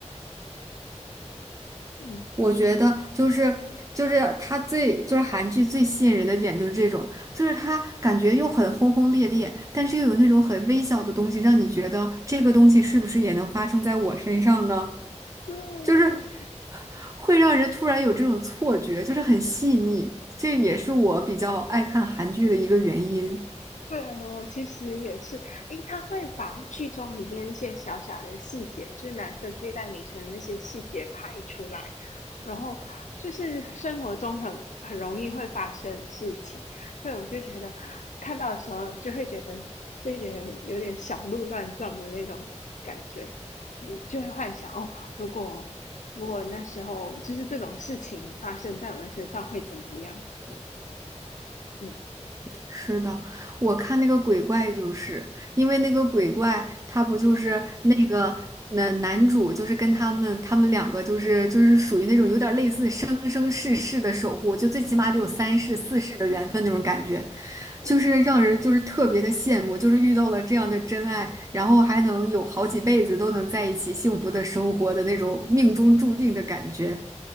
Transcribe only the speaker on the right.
我觉得就是就是它最就是韩剧最吸引人的点就是这种，就是它感觉又很轰轰烈烈，但是又有那种很微小的东西，
让你觉得这个东西是不是也能发生在我身上呢？
就是会让人突然有这种错觉，就是很细腻。这也是我比较爱看韩剧的一个原因。
是的，我看那个鬼怪，就是因为那个鬼怪，他不就是那个那男主，就是跟他们他们两个，就是就是属于那种有点类似生生世世的守护，就最起码得有三世四世的缘分那种感觉。
就是让人就是特别的羡慕，
就是遇到了这样的真爱，然后还能有好几辈子都能在一起幸福的生活的那种命中注定的感觉。